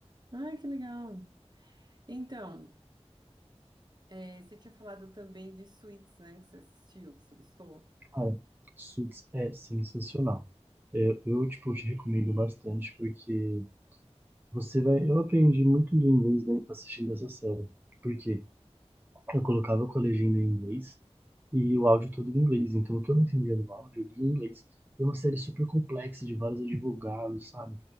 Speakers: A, on the right; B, on the right.
A: Ai, que legal. Então. É, você tinha falado também de Suits, né? Que você assistiu, que você gostou.
B: Cara, Suits é sensacional. Eu, eu, tipo, te recomendo bastante porque você vai. Eu aprendi muito do inglês, né, assistindo essa série. Por quê? eu colocava o legenda em inglês e o áudio todo em inglês. Então, o que eu não entendia do áudio, eu lia em inglês. É uma série super complexa de vários advogados, sabe?